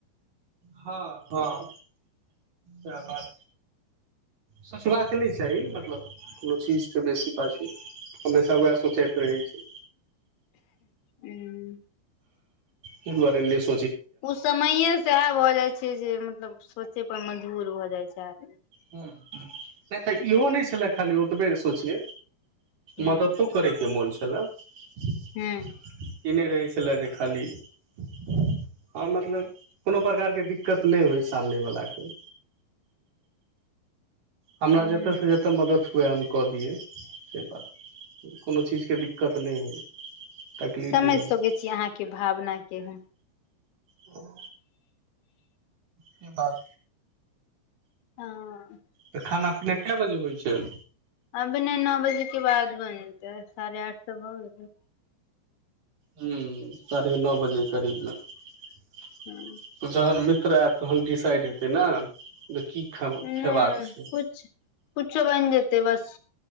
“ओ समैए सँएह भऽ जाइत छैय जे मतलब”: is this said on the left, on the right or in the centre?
Left